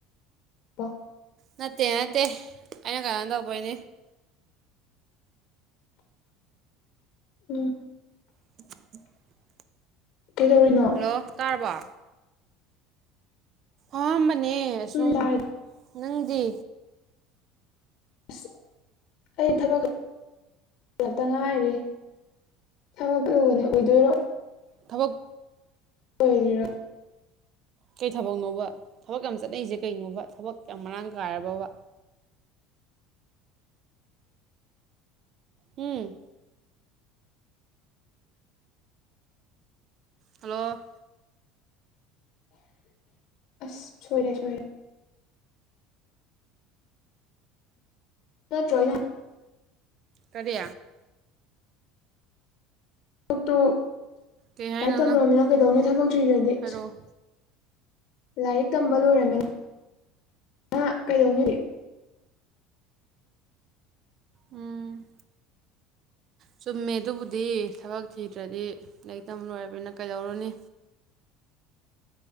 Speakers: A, on the left; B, on the right.
A: ꯑ‌ꯣ
B: ꯅꯠꯇꯦ ꯅꯠꯇꯦ ꯑꯩꯅ ꯀꯩꯅꯣꯅ ꯇꯧꯕꯩꯅꯤ
A: ꯎꯝ
B: <unintelligible>
A: ꯀꯩꯗꯧꯔꯤꯅꯣ
B: ꯑꯣ ꯇꯥꯔꯕ ꯑꯥꯝꯕꯅꯦ ꯑꯁꯨꯝ
A: ꯎꯝ ꯇꯥꯔꯦ
B: ꯅꯪꯗꯤ
A: ꯑꯁ ꯑꯩ ꯊꯕꯛꯛꯇ ꯉꯥꯏꯔꯤ ꯊꯕꯛ ꯂꯨꯕꯅꯤ ꯎꯗꯣꯏ
B: ꯊꯕꯛ
A: ꯑꯣꯏꯔꯤꯔꯣ
B: ꯀꯩ ꯊꯕꯛꯅꯣꯕ ꯊꯕꯛ ꯌꯥꯝ ꯆꯠꯅꯔꯤꯁꯦ ꯀꯩꯅꯣꯕ ꯊꯕꯛ ꯌꯥꯝ ꯃꯔꯥꯡ ꯀꯥꯏꯔꯕꯕ ꯎꯝ ꯍꯜꯂꯣ
A: ꯑꯁ ꯁꯣꯏꯔꯦ ꯁꯣꯏꯔꯦ ꯅꯠꯇ꯭ꯔ‌ꯣ ꯏꯅꯝ
B: ꯀꯔꯤ
A: ꯊꯕꯛꯇꯨ ꯂꯥꯏꯔꯤꯛ
B: ꯀꯩ ꯍꯥꯏꯅꯣ
A: ꯇꯝꯂꯃꯤꯅ
B: ꯅꯪ
A: ꯀꯩꯗꯧꯅꯤ ꯊꯕꯛ ꯊ꯭ꯔꯤꯗꯗꯤ
B: ꯍꯥꯏꯔꯛꯑꯣ
A: ꯂꯥꯏꯔꯤꯛ ꯇꯝꯕ ꯂꯣꯏꯔꯝꯃꯤꯅ ꯑ ꯀꯩꯗꯧꯅꯤꯗꯤ
B: ꯎꯝ ꯆꯨꯝꯃꯦ ꯑꯗꯨꯕꯨꯗꯤ ꯊꯕꯛ ꯊꯤꯗ꯭ꯔꯗꯤ ꯂꯥꯏꯔꯤꯛ ꯇꯝꯝꯕ ꯂꯣꯏꯔꯕꯅꯤꯅ ꯀꯩꯗꯧꯔꯅꯤ